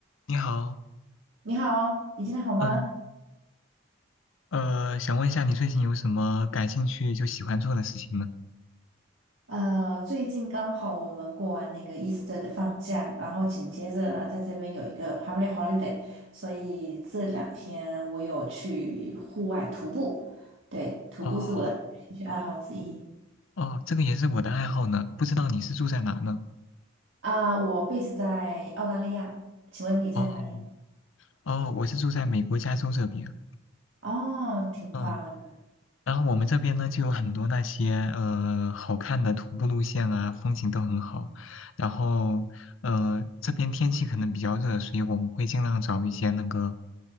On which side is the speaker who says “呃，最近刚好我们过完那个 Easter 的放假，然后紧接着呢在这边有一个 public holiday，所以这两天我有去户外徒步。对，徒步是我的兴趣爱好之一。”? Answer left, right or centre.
Right